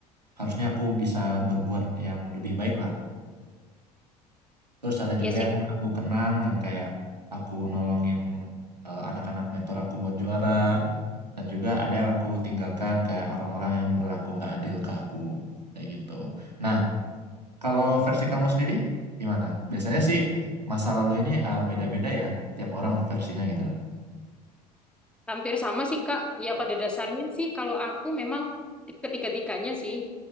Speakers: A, on the right; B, in the centre.
A: harusnya aku bisa berbuat yang lebih baik lah. Terus ada
B: Ya
A: juga
B: sih
A: yang
B: Kak.
A: aku kenang yang kayak aku nolongin eh, anak-anak mentor aku buat juara. Dan juga ada yang aku tinggalkan kayak orang-orang yang berlaku nggak adil ke aku kayak gitu. Nah, kalau versi kamu sendiri gimana? Biasanya sih masa lalu ini eh, beda-beda ya, tiap orang versinya gitu lah.
B: Hampir sama sih Kak. Ya pada dasarnya sih kalau aku memang di- ketiga-tiganya sih